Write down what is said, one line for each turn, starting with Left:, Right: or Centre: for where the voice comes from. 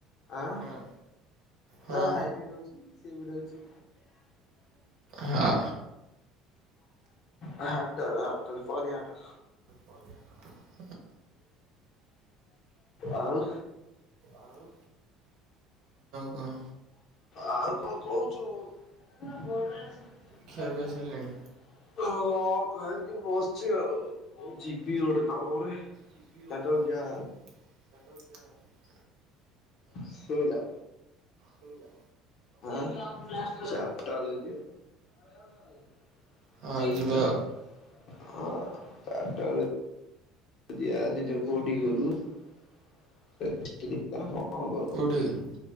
Left: ଆଁ
Right: ହଁ। ହଁ
Left: ତା ଭାଇ ବି ରହୁଚି, ସିଏ ବି ରହୁଚି।
Right: ହଁ
Left: ହାଟ ହାଟରେ ପରିବା ହାଟ।
Right: ପରିବା। <unintelligible>
Left: ଆଉ
Right: ଆଉ କଣ
Left: ଆଉ କଣ କହୁଚୁ? <unintelligible>
Right: ଖିଆପିଆ ସରିଲାଣି
Left: ହଁ ଖାଇକି ବସିଚି ଆଉ। ଯିବି ଗୋଟେ କାମରେ।
Right: ଯିବି
Left: ଚାରିଟା
Right: ଗୋଟେ
Left: ବେଳେ
Right: କାମରେ।
Left: ଯିବା
Right: <unintelligible>
Left: ଶୁବିଲା?
Right: ଶୁବିଲା?
Left: ହଁ, ଚାରଟା ବେଳକୁ ଯିବା।
Right: ହଁ
Left: ଆଁ
Right: ଯିବା
Left: ଚାରିଟା ବେଳୁ ଦିଆ ସେ ଯୋଉ କୋଉଠିକୁ କହୁଥିଲୁ <unintelligible>
Right: କୋଉଠିକି?